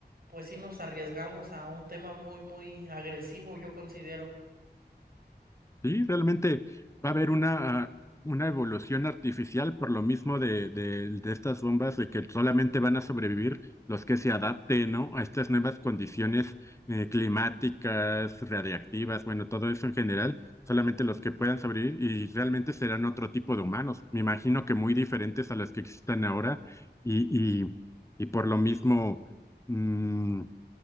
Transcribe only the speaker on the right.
pues sí nos arriesgamos a un tema muy, muy agresivo, yo considero.